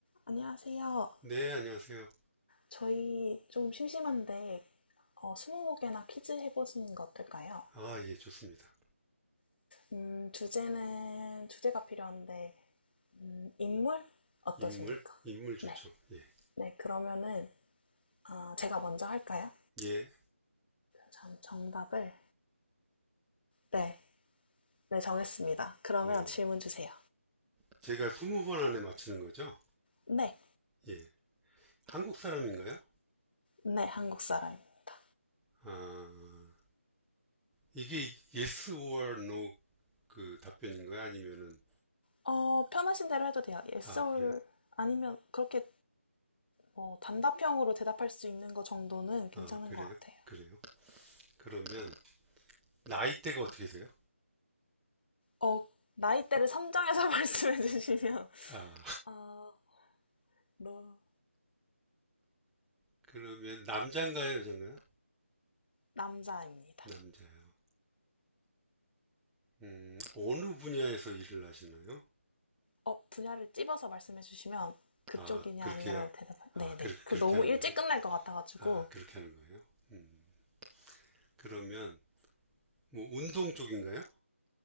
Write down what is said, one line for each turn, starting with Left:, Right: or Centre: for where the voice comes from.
Left: 안녕하세요.
Centre: 네, 안녕하세요.
Left: 저희 좀 심심한데 어, 스무 개나 퀴즈 해보시는 거 어떨까요?
Centre: 아, 예, 좋습니다.
Left: 음, 주제는 주제가 필요한데 음, 인물 어떠십니까?
Centre: 인물, 인물 좋죠.
Left: 네,
Centre: 예,
Left: 네 그러면은 아, 제가 먼저 할까요?
Centre: 예,
Left: 참 정답을 네, 네 정했습니다. 그러면
Centre: 네.
Left: 질문 주세요.
Centre: 제가 스무 번 안에 맞히는 거죠?
Left: 네,
Centre: 예. 한국 사람인가요?
Left: 네 한국 사람입니다.
Centre: 아, 이게 yes or no 그 답변인가요? 아니면은,
Left: 어, 편하신 대로 해도 돼요. yes
Centre: 아,
Left: or
Centre: 그래요?
Left: 아니면 그렇게 뭐 단답형으로 대답할 수 있는 거 정도는 괜찮은
Centre: 아, 그래요?
Left: 것 같아요.
Centre: 그래요? 그러면, 나이대가 어떻게 돼요?
Left: 어, 나이대를 선정해서 <laughs> 말씀해 주시면,
Centre: 아,
Left: 어, 너,
Centre: 그러면 남잔가요, 여잔가요?
Left: 남자입니다.
Centre: 남자요. 음, 어느 분야에서 일을 하시나요?
Left: 어, 분야를 찝어서 말씀해 주시면, 그쪽이냐,
Centre: 아, 그렇게,
Left: 아니냐로 대답할,
Centre: 아,
Left: 네네.
Centre: 그,
Left: 그
Centre: 그렇게
Left: 너무
Centre: 하는
Left: 일찍
Centre: 거예요?
Left: 끝날 것 같아가지고,
Centre: 아, 그렇게 하는 거예요? 음. 그러면 뭐 운동 쪽인가요?